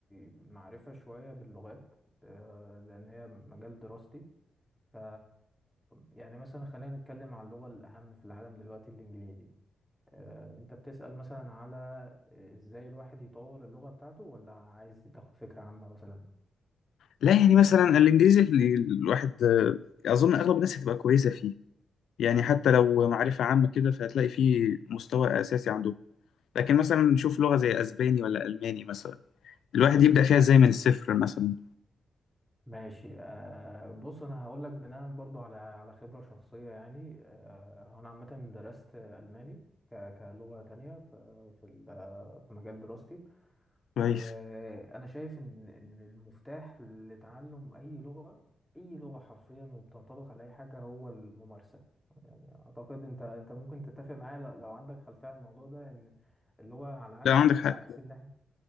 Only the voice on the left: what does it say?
لا يعني مثلا الانجليزي اللي الواحد آه، اظن اغلب الناس هتبقى كويسه فيه يعني حتى لو معرفه عامه كده فهتلاقي فيه مستوى اساسي عندهم لكن مثلا نشوف لغه زي اسباني ولا الماني مثلا الواحد يبدا فيها ازاي من الصفر مثلا
كويس
لا عندك
حق